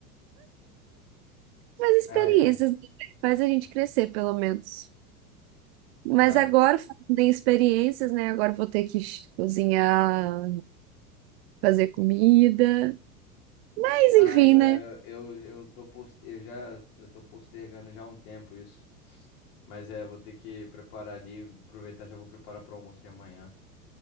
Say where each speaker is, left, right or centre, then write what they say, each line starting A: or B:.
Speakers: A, on the right (about 40°); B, on the left (about 50°).
A: Mas
B: Ai,
A: experiências
B: ai,
A: né, faz a gente crescer, pelo menos. Mas
B: claro.
A: agora, falando em experiências, né? Agora eu vou ter que ch- cozinhar, fazer comida. Mas
B: Ah,
A: enfim,
B: eu, é,
A: né?
B: eu, eu tô post... eu já eu tô postergando já há um tempo isso. Mas é, vou ter que preparar ali, aproveitar, já vou preparar pro almoço de amanhã.